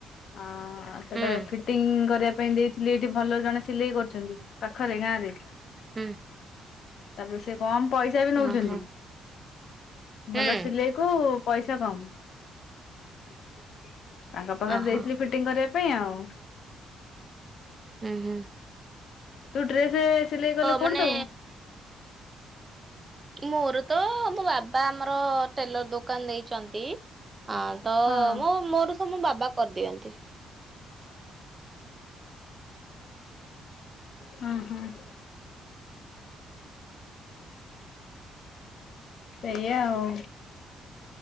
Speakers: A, on the left; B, on the right.
A: ଅ ଆଉ ସେଇଟା
B: ହୁଁ
A: ଫିଟିଙ୍ଗ କରିବା ପାଇଁ ଦେଇଥିଲି ଏଇଠି ଭଲ ଜଣେ ସିଲେଇ କରୁଛନ୍ତି ପାଖରେ ଗାଁ ରେ
B: ହୁଁ।
A: ତାପରେ ସେ କମ ପଇସା ବି ନଉଛନ୍ତି
B: ଓହୋ ହୁଁ
A: ଭଲ ସିଲେଇ କୁ ପଇସା କମ୍। ତାଙ୍କ ପାଖରେ
B: ଓହୋ
A: ଦେଇଥିଲି ଟିଂ କରିବା ପାଇଁ ଆଉ
B: ଉହୁଁ।
A: ତୁ ଡ୍ରେସ ସିଲେଇ କଲେ କୋଉଠି
B: ମାନେ
A: ଦୋଉ?
B: ମୋର ତ ମୋ ବାବା ଆମର ଟେଲର ଦୋକାନ ଦେଇଛନ୍ତି ଆଁ ତ
A: ହଁ
B: ମୋ ମୋର ସବୁ ମୋ ବାବା କରିଦିଅନ୍ତି।
A: ହଁ ହଁ। ସେଇଆ ଆଉ